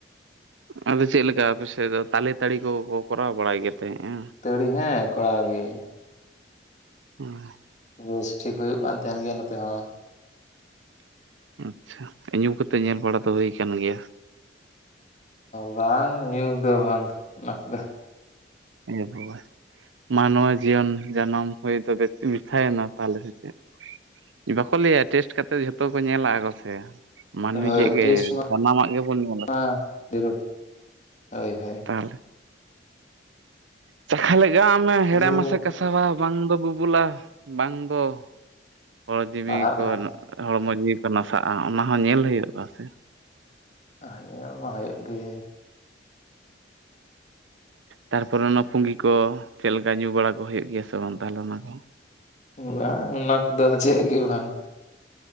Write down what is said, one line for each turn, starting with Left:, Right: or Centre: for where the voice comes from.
Right: ᱟᱫᱚ ᱪᱮᱫᱞᱮᱠᱟ ᱟᱯᱮ ᱥᱮᱫ ᱫᱚ ᱛᱟᱞᱮ ᱛᱟᱹᱲᱤ ᱠᱚ ᱠᱚᱨᱟᱣ ᱵᱟᱲᱟᱭ ᱛᱟᱦᱮᱸᱫᱼᱟ᱾
Left: ᱛᱟᱹᱲᱤ ᱦᱮᱸ ᱠᱚᱲᱟᱣ ᱜᱮ᱾
Right: ᱚᱸ
Left: ᱵᱮᱥ ᱴᱷᱤᱠ ᱦᱩᱭᱩᱜ ᱠᱟᱱ ᱛᱟᱦᱮᱱ ᱜᱮᱭᱟ ᱱᱚᱛᱮ ᱦᱚᱸ᱾
Right: ᱟᱪᱪᱷᱟ ᱧᱩ ᱠᱟᱛᱮᱜ ᱧᱮᱞ ᱵᱟᱲᱟ ᱫᱚ ᱦᱩᱭ ᱠᱟᱱ ᱜᱮᱭᱟ᱾
Left: ᱵᱟᱝ ᱧᱩ ᱫᱚ ᱵᱟᱝ ᱚᱱᱟ ᱠᱚᱫᱚ᱾
Right: ᱤᱭᱟᱹ ᱠᱚᱵᱚᱭ ᱢᱟᱱᱣᱟ ᱡᱤᱭᱚᱱ ᱡᱟᱱᱟᱢ ᱦᱩᱭ ᱫᱚ ᱵᱮᱠᱛᱤ ᱢᱮᱴᱷᱟᱭᱮᱱᱟ ᱛᱟᱦᱞᱮ ᱥᱮ ᱪᱮᱫ? ᱵᱟᱠᱚ ᱞᱟᱹᱭᱟ ᱴᱮᱥᱴ ᱠᱟᱛᱮᱫ ᱡᱷᱚᱛᱚ ᱠᱚ ᱧᱮᱞᱟ ᱜᱚᱥᱮ᱾ ᱢᱟᱹᱱᱢᱤ
Left: ᱦᱳᱭ
Right: ᱡᱮᱜᱮ ᱜᱮ
Left: ᱴᱮᱥ
Right: ᱥᱟᱱᱟᱢᱟᱜ ᱜᱮᱵᱚᱱ ᱧᱮᱞᱟ
Left: ᱢᱟ
Right: ᱥᱮ᱾
Left: ᱡᱟᱹᱨᱩᱲ ᱦᱳᱭ ᱦᱳᱭ
Right: ᱛᱟᱞᱦᱮ ᱪᱟᱠᱷᱟ ᱞᱮᱜᱟ ᱟᱜ ᱢᱮ ᱦᱮᱲᱮᱢ
Left: ᱧᱩ
Right: ᱢᱟᱥᱮ ᱠᱟᱥᱟᱣᱟ᱾ ᱵᱟᱝ ᱫᱚ ᱵᱩᱵᱩᱞᱟ ᱵᱟᱝ ᱫᱚ ᱦᱚᱲ ᱡᱤᱣᱤ
Left: ᱦᱟᱲᱦᱟᱜᱼᱟ
Right: ᱠᱚᱱᱚᱜ ᱦᱚᱲᱢᱚ ᱡᱤᱣᱤ ᱠᱚ ᱱᱟᱥᱟᱜᱼᱟ ᱚᱱᱟ ᱦᱚᱸ ᱧᱮᱞ ᱦᱩᱭᱩᱜᱼᱟ ᱥᱮ᱾
Left: ᱮᱦᱮᱸ ᱧᱮᱞ ᱫᱚ ᱦᱳᱭᱳᱜ ᱜᱮ᱾
Right: ᱛᱟᱨᱯᱚᱨᱮ ᱚᱱᱟ ᱯᱩᱸᱜᱤ ᱠᱚ ᱪᱮᱫ ᱞᱮᱠᱟ ᱧᱩ ᱵᱟᱲᱟ ᱠᱚ ᱦᱳᱭᱳᱜ ᱜᱮᱭᱟ ᱥᱮ ᱵᱟᱝ ᱛᱟᱞᱦᱮ ᱚᱱᱟ ᱠᱚ᱾
Left: ᱵᱟᱝ ᱚᱱᱟ ᱠᱚᱫᱚ ᱪᱮᱜ ᱜᱮ ᱵᱟᱝ᱾